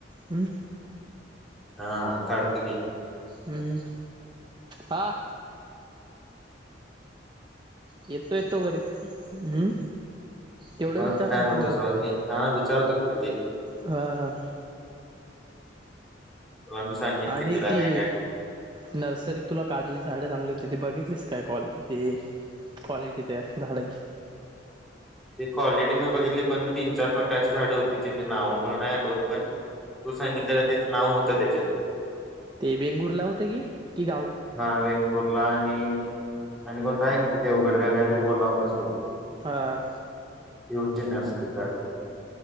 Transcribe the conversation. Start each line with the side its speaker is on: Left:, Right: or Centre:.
Right: हं
Centre: हा हा काढतो की.
Right: हम्म हां. येतो येतो बरी, हम्.. तेवढं
Centre: मग
Right: विचार
Centre: काय
Right: न
Centre: म्हणतोस
Right: फक्त.
Centre: बाकी हा विचारतो की म्हणजे
Right: हा.
Centre: तुला मी सांगेन
Right: आणि
Centre: की तिला
Right: ती,
Centre: आहे काय
Right: नर्सरीत तुला काजूची झाडं चांगली होती, ती बघितलीस काय कॉल ते. क्वालिटी त्या झाडाची.
Centre: ती क्वालिटी मी बघितली पण तीन चार प्रकारची झाडं होती, त्याची नाव मला नाही आठवत पण. तू सांगितलं तेच नाव होतं त्याच्यात.
Right: ते वेंगुर्ला होतं की, की गाव
Centre: हा वेंगुर्ला आणि आणि कोणता आहे, किती देवगड का काहीतरी बोलला होतास तू.
Right: हां.
Centre: मी होती नर्सरीत झाडं.